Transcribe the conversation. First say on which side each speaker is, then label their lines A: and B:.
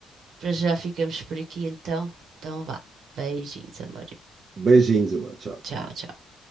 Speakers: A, on the right; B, on the right.
A: Para já ficamos por aqui então. Então vá. Beijinhos, amor.
B: Beijinhos, amor. Tchau.
A: Tchau, tchau.